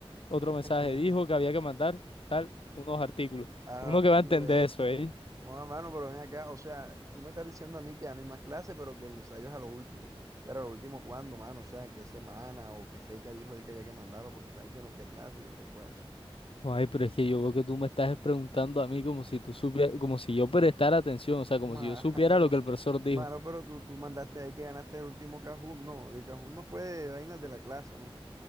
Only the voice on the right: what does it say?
<laughs>
Ah,
pues.
Bueno, mano, pero ven acá. O sea, tú me estás diciendo a mí que ya no hay más clases, pero que el ensayo es a lo último. Pero a lo último, ¿cuándo, mano? O sea, ¿en ¿qué semana o qué fecha dijo él que había que mandarlo? Porque sabes que yo no fui a clase y me preocupa eso.
<laughs>
Mano.
Mano, pero tú, tú mandaste ahí que ganaste el último cajón, no. El cajón no fue de vainas de la clase, ¿no?